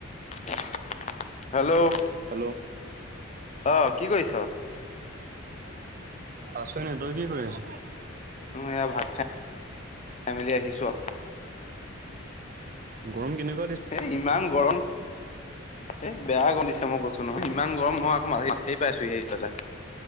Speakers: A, on the left (about 35°); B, on the right (about 40°).
A: <unintelligible> Hello,
B: hello
A: অহ, কি কৰিছ?
B: আছো এনেই তই কি কৰি আছ?
A: উম, এয়া ভাত খায় <inaudible> খাই মেলি আহিছো আও।
B: গৰম কেনেক
A: এ ইমান গৰম এ বেয়া গৰম দিছে মই ক কৈছুনহয় ইমান গৰম মই আকৌ <unintelligible> পাইছোহে আহি পেলাই।